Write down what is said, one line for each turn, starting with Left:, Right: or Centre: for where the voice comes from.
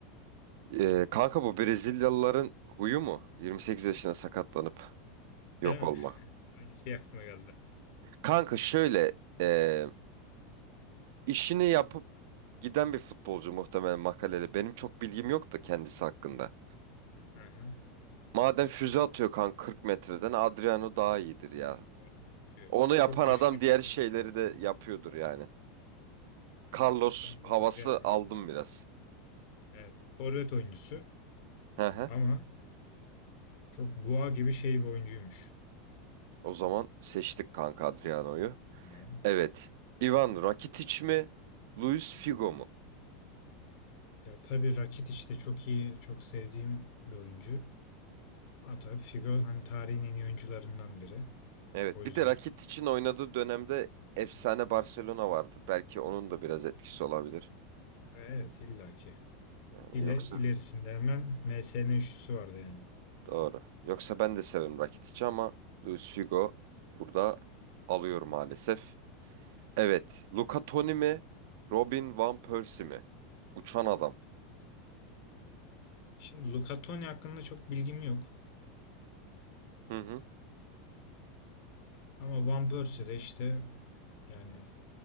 Right: Eee, kanka bu Brezilyalıların huyu mu? 28 yaşında sakatlanıp
Left: Değil
Right: yok
Left: mi?
Right: olmak.
Left: <laughs> Aynı şey aklıma geldi.
Right: Kanka şöyle eee, işini yapıp giden bir futbolcu muhtemelen Makelele. Benim çok bilgim yok da kendisi hakkında.
Left: Aha.
Right: Madem füze atıyor kan 40 metreden Adriano daha iyidir ya.
Left: Vallahi atıyor.
Right: Onu
Left: Çok
Right: yapan
Left: güçlü
Right: adam
Left: bir
Right: diğer şeyleri
Left: şey bu.
Right: de yapıyordur yani.
Left: Aynen
Right: Carlos
Left: öyle. Ben
Right: havası
Left: de Adriano.
Right: aldım biraz.
Left: Evet bu forvet oyuncusu
Right: Hı hı.
Left: ama çok boğa gibi şey bir oyuncuymuş.
Right: O zaman seçtik kanka Adriano'yu.
Left: Tamam.
Right: Evet. Ivan Rakitic mi? Luis Figo mu?
Left: Ya tabii Rakitic de çok iyi, çok sevdiğim bir oyuncu. Ama tabii Figo hani tarihin en iyi oyuncularından biri.
Right: Evet.
Left: O
Right: Bir
Left: yüzden
Right: de Rakitic'in oynadığı dönemde efsane Barcelona vardı. Belki onun da biraz etkisi olabilir.
Left: evet illaki.
Right: Yani
Left: İle,
Right: yoksa
Left: ilerisinde hemen MSN üçlüsü vardı yani.
Right: doğru. Yoksa ben de severim Rakitic'i ama Luis Figo burada alıyor maalesef. Evet. Luca Toni mi? Robin Van Persie mi? Uçan adam.
Left: Şimdi Luca Toni hakkında çok bilgim yok.
Right: Hı hı.
Left: Ama Van Persie de işte yani